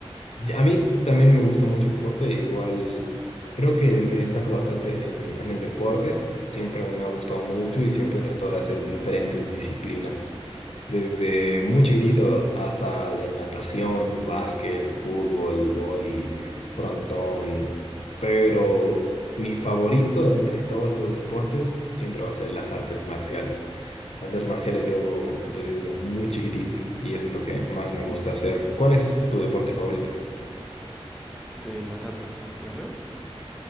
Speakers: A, on the left; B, in the centre.
A: Ya- A mí también me gusta mucho el deporte, igual creo que me destaco bastante en, en el deporte, siempre me ha gustado mucho y siempre he tratado de hacer diferentes disciplinas, desde muy chiquitito hasta de natación, básquet, fútbol, vóley, frontón, pero mi favorito de entre todos los deportes siempre va a ser las artes marciales. Las artes marciales yo
B: Buenísimo.
A: empecé desde muy chiquitito y eso es lo que más me gusta hacer. ¿Cuál es tu deporte favorito?
B: ¿De las artes marciales?